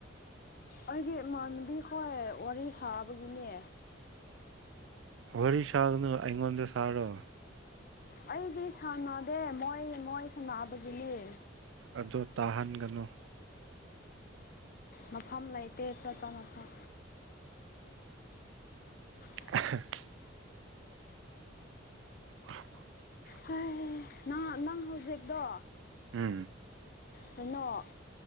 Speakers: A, on the left (about 50°); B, on the right (about 75°).
A: ꯑꯩꯒꯤ ꯏꯃꯥꯟꯕꯤꯈ ꯋꯥꯔꯤ ꯁꯥꯕꯒꯤꯅꯦ
B: ꯋꯥꯔꯤ ꯁꯥꯒꯅꯨ ꯑꯩꯉꯣꯟꯗ ꯁꯥꯔꫭ
A: ꯑꯩꯗꯤ ꯁꯥꯟꯅꯗꯦ ꯃꯣꯏ ꯃꯣꯏ ꯁꯥꯟꯅꯕꯒꯤꯅꯦ
B: ꯑꯗꫭ ꯇꯥꯍꯟꯒꯅꯨ
A: ꯃꯐꯝ ꯂꯩꯇꯦ ꯆꯠꯄ ꯃꯐꯝ <inaudible>
B: <unintelligible> <inaudible>
A: ꯍꯥꯏ ꯅ ꯅꯪ ꯍꯧꯖꯤꯛꯇꯣ
B: ꯎꯝ
A: ꯀꯩꯅꫭ